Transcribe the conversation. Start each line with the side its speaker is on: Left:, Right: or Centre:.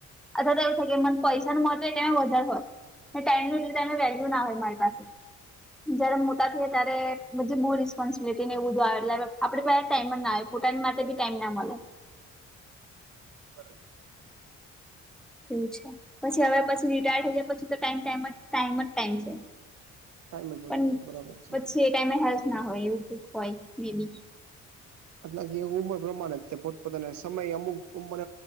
Centre: અથવા તો એવું થાય કે મને પૈસા ન મો હો કે વધારે હોય. ટાઈમની લી એમે વેલ્યુ ના હોય મારી પાસે જયારે <unintelligible> ત્યારે. <unintelligible> રિસ્પોન્સબિલિટી ને એ બું આવે લ આપડે ટાઈમ ના આવે પોતાની માટે બી ટાઈમ ના મળે.
Right: બરાબર.
Centre: એવું છે, પછી હવે પછી રિટાયર થઈ જાય પછી તો <unintelligible> ટાઈમ જ ટાઈમ છે.
Right: ટાઈમ જ
Centre: પણ
Right: બરાબર છે
Centre: પછી એ ટાઈમે હેલ્થ ના હોય એવું હોય મે બી.
Right: <unintelligible> કે ઉંમર પ્રમાણે જ પોતપોતાને સમય અમુક ઉંમર